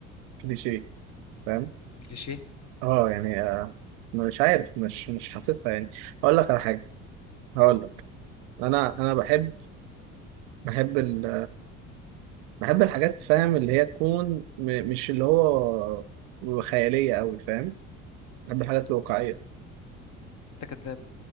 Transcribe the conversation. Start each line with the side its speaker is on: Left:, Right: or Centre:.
Right: كليشيه فاهم
Left: كليشيه
Right: اه يعني آه مش عارف مش مش حاسسها يعني هقول لك على حاجة هقول لك انا انا بحب بحب ال بحب الحاجات فاهم اللي هي تكون م... مش اللي هو خيالية قوي فاهم بحب الحاجات الواقعية
Left: انت كداب